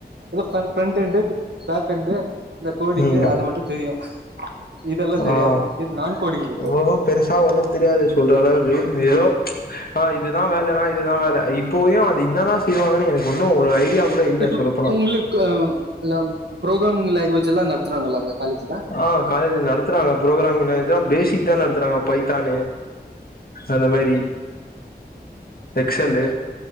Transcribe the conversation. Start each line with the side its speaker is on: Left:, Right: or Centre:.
Right: இது ஃப்ரண் ஃப்ரெண்ட்ண்டு பாக் எண்டு கோடிங்கு
Left: உம்
Right: அது மட்டும் தெரியும் இதெல்லாம் தெரியாது
Left: ஆஹ்
Right: இது நான் கோடிங் இது
Left: எவ்வோ பெருசா ஒண்ணும் தெரியாது சொல்ற அளவுக்கு ஏதோ ஆஹ் இதுதான் வேலைனா இதுதான் வேல இப்போயும் அது இந்த தான் செய்வாங்கன்னு எனக்கு ஒன்னு ஒரு ஐடியா கூட இல்ல
Right: இப்ப
Left: சொல்லப்போனா
Right: உங்களுக்கு லவ் ப்ரோகிராமிங் லாங்குவேஜ்ல்லா நடத்துறாங்களா அங்க காலேஜ்ல
Left: ஆஹ் காலேஜுல நடத்துறாங்க ப்ரோகிராமிங் லாங்குவேஜ்தா பேசிக் தான் நடத்துறாங்க பய் தானு அந்த மாரி excel